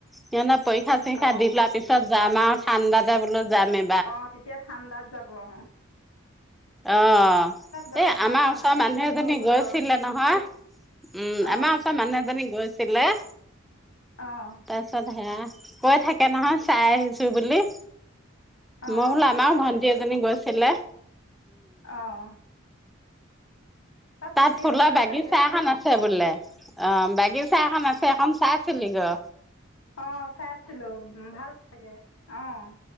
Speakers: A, in the centre; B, on the left.
A: সিহঁতে পৰীক্ষা চৰীক্ষা
B: অঁ
A: দি লোৱা পিছত যাম আও, ঠাণ্ডাতে বোলো যাম এ
B: অ' তেতিয়া ঠাণ্ডাত যাব অ'।
A: অ'
B: গ'লে
A: এই
B: ভাল
A: আমাৰ
B: আৰু
A: ওচৰৰ
B: মানে
A: মানুহ
B: দিল্লীত
A: এজনী
B: বহুত
A: গৈছিলে
B: গৰম হয়
A: নহয়। উম,
B: অঁ
A: আমাৰ ওচৰৰ মানুহ এজনী গৈছিলে।
B: অ'।
A: তাৰপিছত সেয়া, কৈ থাকে নহয় চাই আহিছোঁ বুলি।
B: অঁ
A: মই বোলো
B: ভাল
A: আমাৰো
B: লাগে
A: ভন্টি
B: গৈ
A: এজনী গৈছিলে।
B: অঁ থাকি
A: তাত ফুলৰ
B: ভালেই
A: বাগিচা
B: লাগে
A: এখন আছে বোলে। অ' বাগিচা এখন আছে, সেইখন চাই চিলি গৈ।
B: অ' চাইছিলোঁ, ভাল লাগে, অ'।